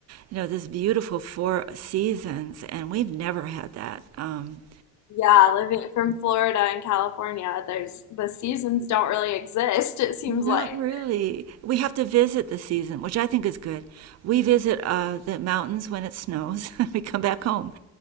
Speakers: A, on the right; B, on the left.
A: you know this beautiful four seasons, and we've never had that. Um,
B: Yeah, living from Florida and California, there's the seasons don't really exist, it seems
A: Not
B: like
A: really. We have to visit the season, which I think is good. We visit uh, the mountains when it snows. <laughs> we come back home.